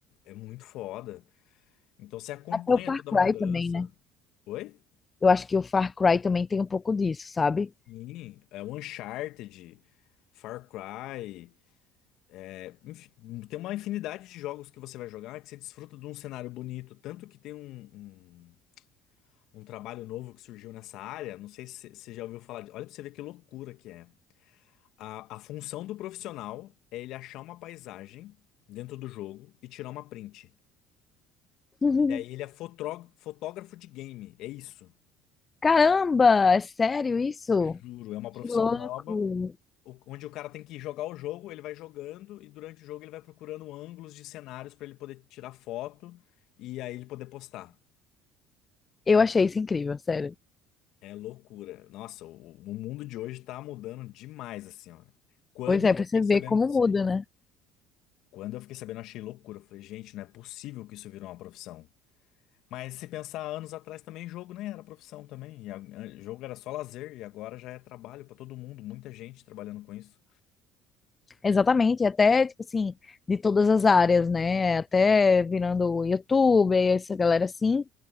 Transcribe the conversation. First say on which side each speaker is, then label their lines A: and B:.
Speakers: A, on the left; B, on the left.
A: é muito foda. Então você acompanha
B: Até o Far
A: toda
B: Cry
A: a mudança.
B: também, né?
A: Oi?
B: Eu acho que o Far Cry também tem um pouco disso, sabe?
A: Sim, é o Uncharted, Far Cry, é, enfim, tem uma infinidade de jogos que você vai jogar que você desfruta de um cenário bonito, tanto que tem um, um, um trabalho novo que surgiu nessa área, não sei se você já ouviu falar, de- olha pra você ver que loucura que é. A, a função do profissional é ele achar uma paisagem dentro do jogo e tirar uma print.
B: <laughs>
A: E daí ele é fotró- fotógrafo de game, é isso.
B: Caramba, é sério isso?
A: Juro, é uma profissão
B: Que louco!
A: nova, o- onde o cara tem que jogar o jogo, ele vai jogando e durante o jogo ele vai procurando ângulos de cenários para ele poder tirar foto e aí ele poder postar.
B: Eu achei isso incrível, sério.
A: É loucura. Nossa, o, o mundo de hoje tá mudando demais, assim, ó. Quando
B: Pois é,
A: eu
B: pra você
A: fiquei sabendo
B: ver como
A: disso
B: muda,
A: aí,
B: né?
A: quando eu fiquei sabendo, eu achei loucura. Eu falei, gente, não é possível que isso virou uma profissão. Mas se pensar anos atrás também, jogo nem era profissão também. E a- a- jogo era só lazer e agora já é trabalho para todo mundo, muita gente trabalhando com isso.
B: Exatamente, até, tipo assim, de todas as áreas, né? Até virando youtuber, essa galera assim,